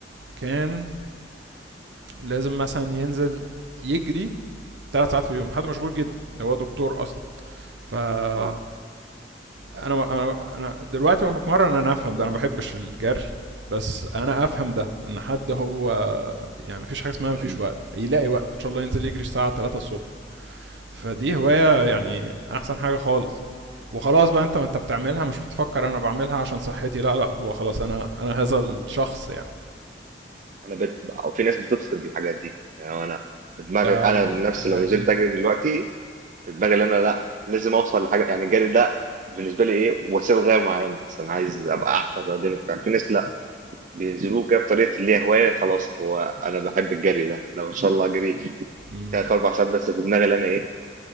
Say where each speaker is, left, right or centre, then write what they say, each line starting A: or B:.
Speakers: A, on the right; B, on the right.
A: كان لازم مثلا ينزل يجري ثلاث ساعات في اليوم حد مشغول جدا هو دكتور اصلا ف انا
B: اه
A: انا انا دلوقتي وانا بتمرن انا افهم ده انا ما بحبش الجري بس انا افهم ده ان حد هو يعني مفيش حاجه اسمها
B: لا،
A: مفيش
B: مم،
A: وقت هيلاقي وقت ان شاء الله ينزل يجري الساعه 3 الصبح فدي هواية يعني أحسن حاجة خالص وخلاص بقى أنت وأنت بتعملها مش بتفكر أنا بعملها عشان صحتي لا لا هو خلاص أنا أنا هذا الشخص
B: آه.
A: يعني
B: انا بت... أو في ناس بتفصل بالحاجات دي يعني انا في دماغي
A: ده
B: انا عن نفسي
A: ده
B: لو
A: أكيد
B: نزلت اجري دلوقتي في دماغي ان انا لا لازم اوصل لحاجه يعني الجري ده بالنسبه لي ايه وسيله لغايه معينه بس انا عايز ابقى احسن رياضيا وبتاع في ناس لا بينزلوه كده بطريقه اللي هي هوايه خلاص هو انا بحب الجري ده لو ان شاء الله اجري
A: مم.
B: تلات اربع ساعات بس في دماغي ان انا ايه